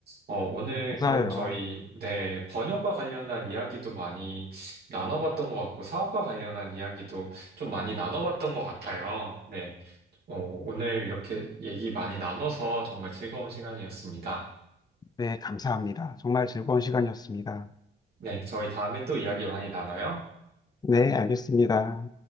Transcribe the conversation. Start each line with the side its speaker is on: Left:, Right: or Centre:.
Right: 어, 오늘 그럼
Left: 맞아요.
Right: 저희, 네, 번역과 관련한 이야기도 많이 나눠봤던 것 같고, 사업과 관련한 이야기도 좀 많이 나눠봤던 것 같아요. 네, 어, 오늘 이렇게 얘기 많이 나눠서 정말 즐거운 시간이었습니다.
Left: 네, 감사합니다. 정말 즐거운 시간이었습니다.
Right: 네, 저희 다음에 또 이야기 많이 나눠요.
Left: 네, 알겠습니다.